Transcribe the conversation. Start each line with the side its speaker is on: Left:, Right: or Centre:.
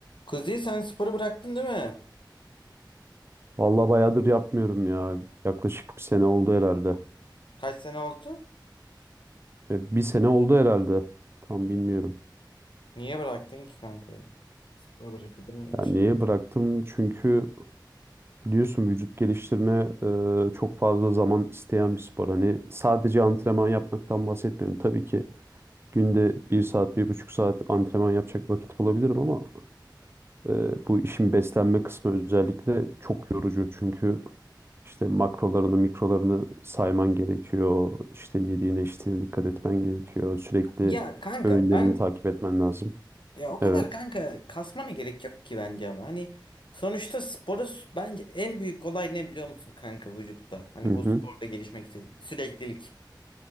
Left: Kuzey sen sporu bıraktın değil mi?
Right: Vallahi bayağıdır yapmıyorum ya. Yaklaşık bir sene oldu herhalde.
Left: Kaç sene oldu?
Right: E, bir sene oldu herhalde. Tam bilmiyorum.
Left: Niye bıraktın ki kanka ya? Spor bırakılır mı hiç?
Right: Yani niye bıraktım? Çünkü biliyorsun vücut geliştirme e, çok fazla zaman isteyen bir spor. Hani sadece antrenman yapmaktan bahsetmiyorum. Tabii ki günde bir saat, bir buçuk saat antrenman yapacak vakit bulabilirim ama Ee, bu işin beslenme kısmı özellikle çok yorucu çünkü işte makrolarını, mikrolarını sayman gerekiyor. İşte yediğine, içtiğine dikkat etmen gerekiyor. Sürekli
Left: Ya kanka
Right: öğünlerini
Left: ben
Right: takip etmen lazım.
Left: Ya o kadar
Right: Evet.
Left: kanka kasmana gerek yok ki bence ama hani sonuçta sporu s- bence en büyük olay ne biliyor musun kanka vücutta? Hani
Right: Hı hı.
Left: bu sporda gelişmek istedim. Süreklilik.